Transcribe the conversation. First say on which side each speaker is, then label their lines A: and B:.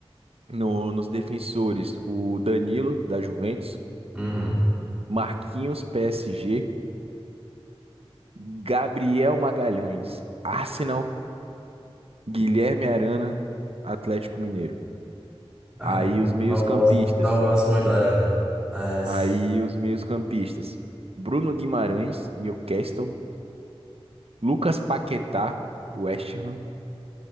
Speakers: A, on the right; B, in the centre.
A: no- nos defensores o Danilo da Juventus,
B: Uhum.
A: Marquinhos PSG, Gabriel Magalhães, Arsenal, Guilherme Arana, Atlético Mineiro.
B: Ah,
A: Aí
B: não,
A: os meios-campistas
B: não gosto, não gosto muito do Arana, mas
A: Aí os meios-campistas: Bruno Guimarães, Newcastle, Lucas Paquetá, West Ham,